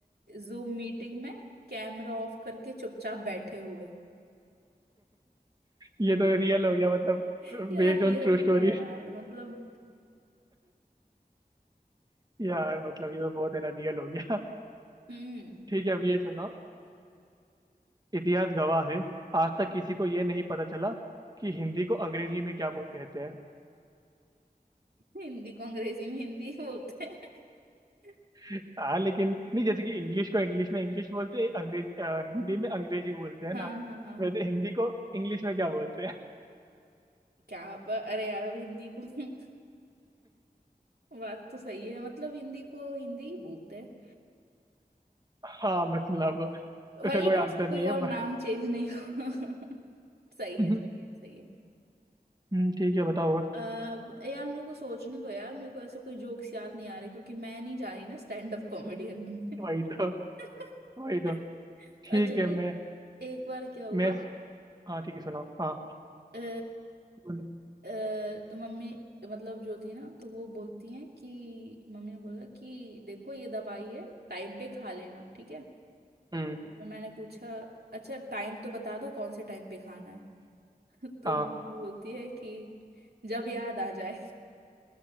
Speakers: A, on the right; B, on the right.
A: जूम मीटिंग में कैमरा ऑफ करके चुपचाप बैठे हुए
B: ये तो रियल हो गया मतलब
A: <laughs> यार
B: Based
A: रियली
B: on true story
A: क्या है यार मतलब
B: यार मतलब ये तो बहुत है ना रियल हो गया
A: हम्म
B: <laughs> ठीक है अब ये सुनो इतिहास गवाह है आज तक किसी को ये नहीं पता चला कि हिंदी को अंग्रेजी में क्या बोल कहते हैं
A: हिंदी को अंग्रेजी में हिंदी बोलते हैं <laughs>
B: हाँ लेकिन नहीं जैसे कि इंग्लिश को इंग्लिश में इंग्लिश बोलते हैं अंग्रेज अ, हिंदी में अंग्रेजी बोलते हैं
A: हाँ
B: ना
A: हाँ हाँ
B: वैसे हिंदी को इंग्लिश में क्या बोलते हैं
A: क्या ब- अरे यार अब हिंदी को <laughs> बात तो सही है मतलब हिंदी को हिंदी ही बोलते हैं
B: <laughs> हाँ मतलब
A: वही
B: उसका कोई
A: ना
B: आंसर
A: उसको कोई
B: नहीं है
A: और नाम
B: पर
A: चेंज नहीं हुआ <laughs> सही
B: <laughs>
A: है सही है सही है
B: हम्म, ठीक है बताओ और
A: अब यार मेरे को सोचने दो यार मेरे को ऐसे कोई जोक्स याद नहीं आ रहे क्योंकि मैं नहीं जा रही ना स्टैंड अप कॉमेडियन बनने
B: वही तो
A: <laughs>
B: वही तो ठीक
A: अच्छा ये
B: है मैं
A: एक बार क्या हुआ
B: मैं हाँ ठीक है सुनाओ हाँ
A: अ,
B: बोलो
A: अ, तो मम्मी मतलब जो थी ना तो वो बोलती हैं कि मम्मी ने बोला कि देखो ये दवाई है टाइम पे खा लेना ठीक है
B: हम्म
A: मैं- मैंने पूछा अच्छा टाइम तो बता दो कौन से टाइम पे खाना है <laughs> तो
B: हाँ
A: मम्मी बोलती है कि जब याद आ जाए